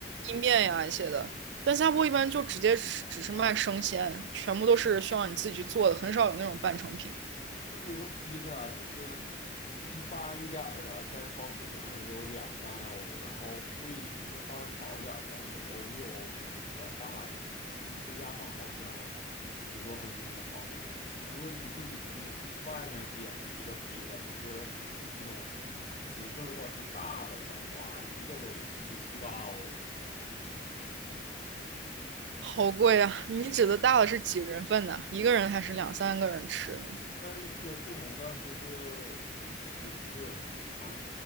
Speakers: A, on the right (about 75°); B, on the left (about 40°).
A: 意面呀一些的。但新加坡一般就直接只只是卖生鲜，全部都是需要你自己去做的，很少有那种半成品。
B: 就比如说披萨啊就是一般一点儿的，在超市可能也就两三欧，然后贵就是稍微好一点儿的五欧六欧那种比较大的披萨，你回家放烤箱十多分钟就好了。如果你自己去外面点一个披萨，就是那种尺寸如果是大的的话，一个得十七八欧，
A: 好贵啊！你指的大的是几人份的？一个人还是两三个人吃的那种？
B: 它有不同的就是尺寸，啊，